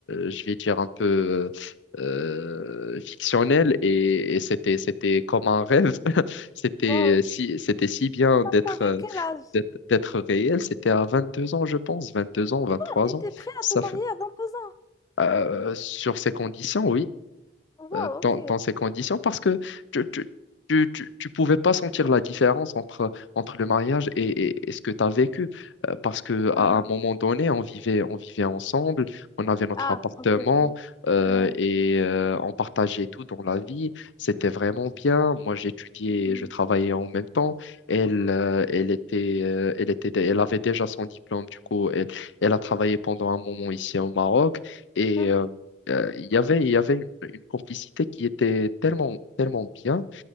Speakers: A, on the left; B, on the left.
A: je vais dire, un peu euh, fictionnelle et, et c'était, c'était comme un rêve. <laughs> C'était
B: Wow.
A: si, c'était si bien
B: Et t'a-
A: d'être
B: T'avais
A: euh,
B: quel âge?
A: d'être d'être réel. C'était à vingt deux ans, je pense, vingt deux ans, vingt trois
B: Ah, t'étais
A: ans.
B: prêt
A: Ça
B: à te marier
A: fait,
B: à 22 ans.
A: euh, sur ces conditions, oui
B: Wow,
A: euh,
B: ok.
A: dans, dans ces conditions parce que tu, tu, tu, tu- tu pouvais pas sentir la différence entre, entre le mariage et, et- et ce que tu as vécu Euh, parce que
B: Ah,
A: à un moment donné, on vivait, on vivait ensemble, on avait notre
B: Ah,
A: appartement
B: ok, ok.
A: euh,
B: Ouais.
A: et euh, on partageait tout dans la vie. C'était vraiment bien. Moi, j'étudiais,
B: Hmm.
A: je travaillais en même temps. Elle, euh, elle était, euh, elle était, elle avait déjà son diplôme, du coup, elle, elle a travaillé pendant un moment ici au Maroc et
B: Hein?
A: euh, euh, il y avait, il y avait une, une complicité qui était tellement, tellement bien,